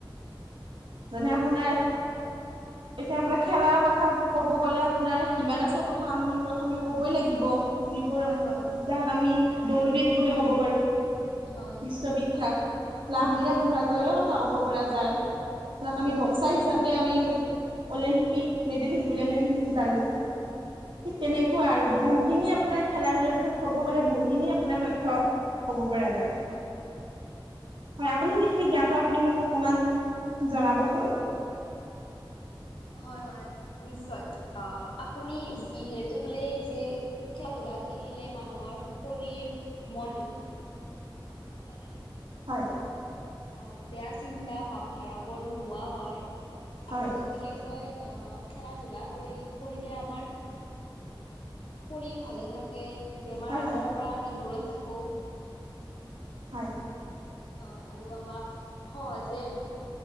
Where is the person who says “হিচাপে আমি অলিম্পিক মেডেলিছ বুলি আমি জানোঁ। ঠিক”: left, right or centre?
Right